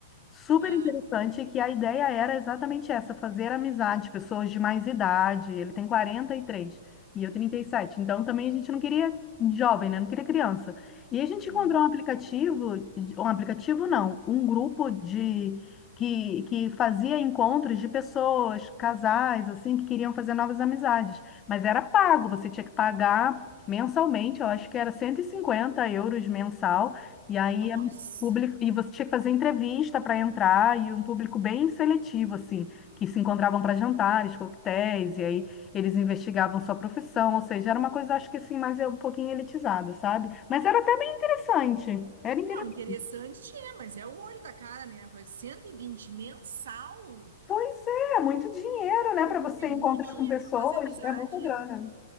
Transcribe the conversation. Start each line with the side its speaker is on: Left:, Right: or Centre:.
Left: Super
Right: Ah,
Left: interessante que a ideia era exatamente essa, fazer amizade, pessoas de mais idade. Ele tem quarenta e três e eu 37. Então também a gente não queria jovem, né? Não queria criança. E a gente
Right: hum,
Left: encontrou um aplicativo, um aplicativo não, um grupo de que, que fazia encontros de pessoas, casais, assim, que queriam fazer novas amizades. Mas era pago, você tinha que pagar mensalmente, eu acho que era 150 euros mensal. E aí
Right: nossa!
Left: público e você tinha que fazer entrevista para entrar e um público bem seletivo assim, que se encontravam
Right: Ah.
Left: para jantares, coquetéis e aí eles investigavam sua profissão, ou seja, era uma coisa acho que assim mais é um pouquinho elitizada, sabe? Mas era até bem interessante. Era interessante.
Right: Não, interessante é, mas é o olho da cara, né? Pois 120 mensal
Left: Pois é, muito dinheiro, né, para você
Right: é muito
Left: encontrar
Right: dinheiro
Left: com pessoas,
Right: para fazer amizade.
Left: é muita grana.